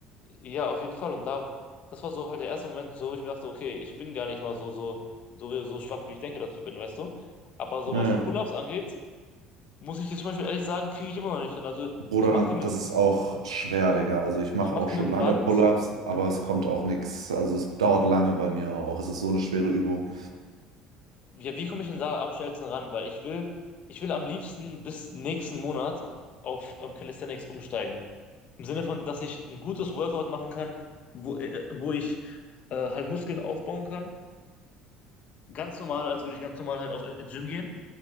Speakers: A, on the left; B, on the right.
A: Ja, auf jeden Fall. Und da, das war so halt der erste Moment, so wo ich mir dachte, okay, ich bin gar nicht mal so, so, so, so schwach, wie ich denke, dass ich bin, weißt du? Aber so
B: Naja.
A: was so Pull-ups angeht, muss ich jetzt zum Beispiel ehrlich sagen, kriege ich immer noch nicht hin. Also
B: Bruder,
A: ich mache die mit,
B: das ist auch schwer, Digga. Also ich mache
A: ich mache
B: auch
A: die
B: schon
A: mit dem
B: lange
A: Band.
B: Pull-ups, aber es kommt auch nichts. Also es dauert lange bei mir auch. Es ist so eine schwere Übung.
A: Ja, wie komme ich denn da am schnellsten ran? Weil ich will, ich will am liebsten bis nächsten Monat auf ähm, Calisthenics umsteigen. Im Sinne von, dass ich ein gutes Workout machen kann, wo, äh, wo ich äh, halt Muskeln aufbauen kann. Ganz normal, als würde ich ganz normal halt auf äh, Gym gehen.